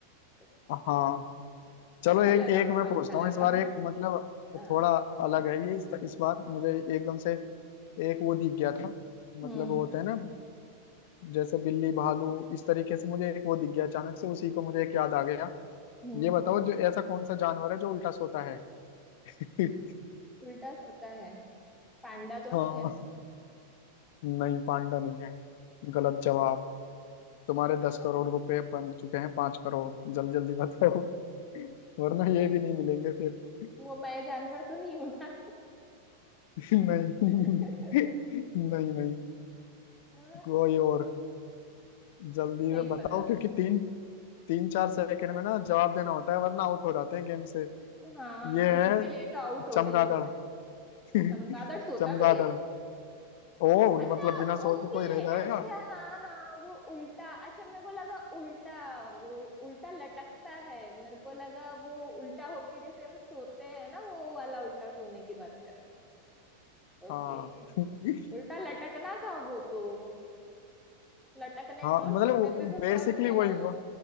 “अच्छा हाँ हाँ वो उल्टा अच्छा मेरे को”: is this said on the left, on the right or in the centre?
Centre